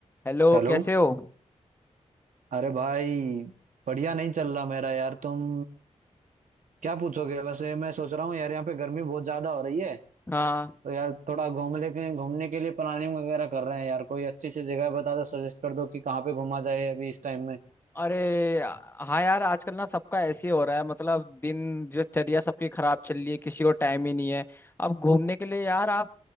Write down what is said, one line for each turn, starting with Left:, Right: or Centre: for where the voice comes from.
Left: हेलो
Right: Hello
Left: कैसे हो
Right: अरे भाई बढ़िया नहीं चल रहा मेरा यार तुम क्या पूछोगे वैसे मैं सोच रहा हूँ यार यहाँ पे गर्मी बहुत ज्यादा हो रही है
Left: हाँ
Right: तो यार थोड़ा घूम लेके घूमने के लिए प्लानिंग वगैरह कर रहे हैं यार कोई अच्छी सी जगह बता दो सजेस्ट कर दो कि कहाँ पे घूमा जाए अभी इस टाइम में
Left: अरे हाँ यार आजकल ना सबका ऐसे ही हो रहा है मतलब दिन जो चर्या सबकी खराब चल रही है किसी को टाइम ही नहीं है अब घूमने के लिए यार आप